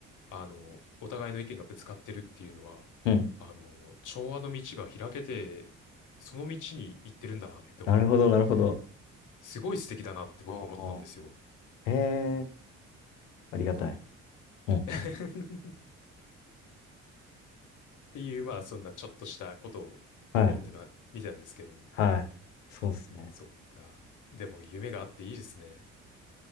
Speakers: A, on the left; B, on the left.
A: あの、お互いの意見がぶつかってるっていうのは、
B: うん。
A: あの、調和の道が開けて、その道に行ってるんだなって思って、
B: なるほど、なるほど。
A: すごい素敵だなって僕思ったんですよ。
B: ああ。へえ。ありがたい。うん。
A: <laughs>
B: うん。
A: っていう、まあ、そんなちょっとしたことを思ってたみたんですけども。
B: はい。はい。そうですね。
A: そっか。でも夢があっていいですね。